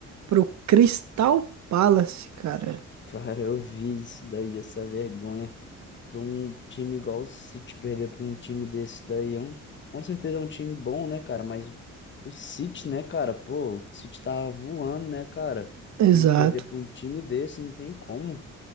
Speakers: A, on the right; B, on the left.
A: pro Crystal Palace, cara.
B: <laughs> Cara, eu vi isso daí, essa vergonha pra um time igual o City perder pra um time desse daí. É um, com certeza é um time bom, né, cara? Mas o, o City, né, cara? Pô, o City tá voando, né, cara?
A: Exato.
B: E perder pra um time desse não tem como.